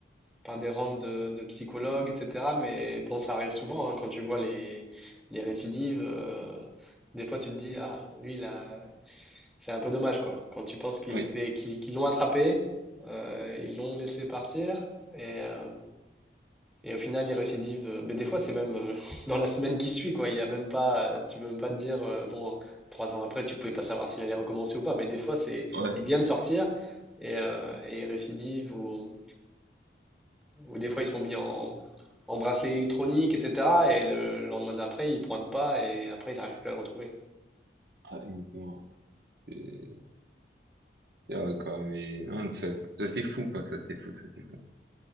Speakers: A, in the centre; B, on the right (about 60°).
A: par des rangs de, de psychologues, etc. Mais bon, ça arrive souvent hein, quand tu vois les, les récidives. euh, des fois, tu te dis, ah, lui, là, c'est un peu dommage, quoi. Quand tu penses qu'il
B: Oui,
A: était, qu'ils qu'ils l'ont attrapé, euh, ils l'ont laissé partir, et, euh, et au final, il récidive. euh, Mais des fois, c'est même euh, <laughs> dans la semaine qui suit, quoi. Il y a même pas, euh, tu peux même pas te dire, euh, bon, trois ans après, tu pouvais pas savoir s'il allait recommencer ou pas. Mais des fois, c'est,
B: ouais,
A: il vient de sortir et, euh, et il récidive ou. Ou des fois, ils sont mis en, en bracelet électronique, etc. Et le lendemain d'après, ils pointent pas et après, ils n'arrivent plus à le retrouver.
B: ah, exactement. C'est c'est vrai, quoi, mais non, ça, ça c'est fou, quoi, ça c'est fou, ça c'est fou.